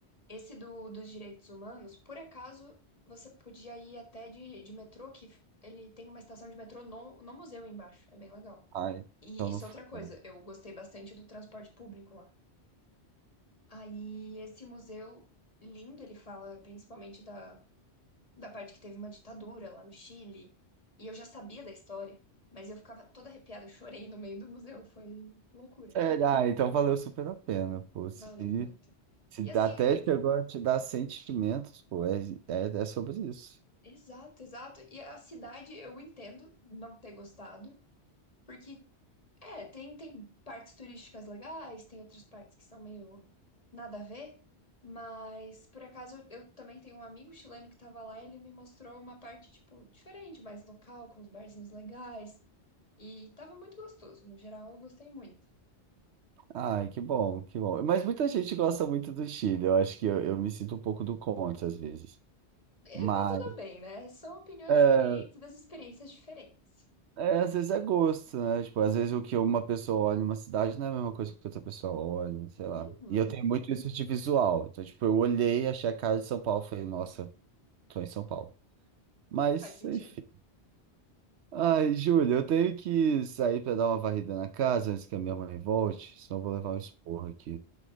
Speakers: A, on the left (about 35°); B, on the right (about 75°).
A: Esse do, dos direitos humanos, por acaso, você podia ir até de, de metrô, que ele tem uma estação de metrô no, no museu embaixo. É bem legal.
B: Ah, então
A: E isso
B: não foi,
A: é outra coisa.
B: não.
A: Eu gostei bastante do transporte público lá. Aí esse museu lindo, ele fala principalmente da, da parte que teve uma ditadura lá no Chile. E eu já sabia da história, mas eu ficava toda arrepiada, eu chorei no meio do museu, foi loucura.
B: Sério? Ah, então valeu super a pena, pô. Se,
A: Valeu muito.
B: se
A: E assim,
B: até
A: é-
B: chegou a te dar sentimentos, pô, é, é, é sobre isso.
A: exato, exato. E a cidade eu entendo não ter gostado, porque É, tem, tem partes turísticas legais, tem outras partes que são meio nada a ver, mas por acaso eu, eu também tenho um amigo chileno que tava lá e ele me mostrou uma parte, tipo, diferente, mais local, com os barzinhos legais, e tava muito gostoso, no geral eu gostei muito.
B: Ai, que bom, que bom. Mas muita gente gosta muito do Chile. Eu acho que eu, eu me sinto um pouco do contra às vezes.
A: E
B: Mas
A: tá tudo bem, né? São opiniões
B: é,
A: diferentes das experiências diferentes.
B: é, às vezes é gosto, né? Tipo, às vezes o que uma pessoa olha em uma cidade não é a mesma coisa que outra pessoa olha, sei lá.
A: Uhum,
B: E eu tenho muito isso de visual. Então, tipo, eu olhei, achei a cara de São Paulo, falei, nossa, tô em São Paulo. Mas,
A: faz sentido.
B: enfim. Ai, Júlia, eu tenho que sair pra dar uma varrida na casa antes que a minha mãe volte, senão eu vou levar um esporro aqui.